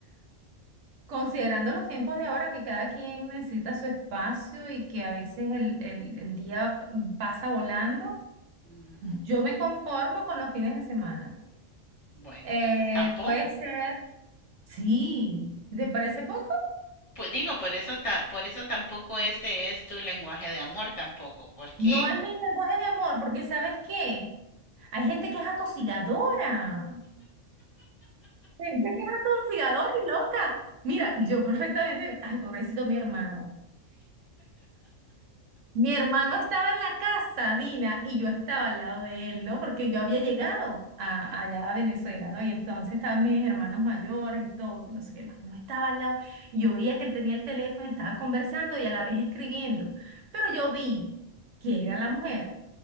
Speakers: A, on the right; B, on the left.
A: Considerando los tiempos de ahora que cada quien necesita su espacio y que a veces el, el- el día p- pasa volando,
B: Ujú.
A: yo me conformo con los fines de semana.
B: Bueno,
A: Eh,
B: entonces tampoco.
A: puede ser, Sí, ¿te parece poco?
B: Pues digo, por eso ta- por eso tampoco este es tu lenguaje de amor tampoco, porque
A: No es mi lenguaje de amor, porque ¿sabes qué? Hay gente que es atosigadora. Gente que es atosigadora y loca. Mira, yo perfectamente, ay, pobrecito mi hermano. Mi hermano estaba en la casa, Dina, y yo estaba al lado de él, ¿no? Porque yo había llegado a,
B: Ujú,
A: allá a Venezuela, ¿no? Y entonces estaban mis hermanos mayores y todo, y no sé qué más. No estaba al lado. Y yo veía que él tenía el teléfono, y estaba conversando y a la vez escribiendo. Pero yo vi que era la mujer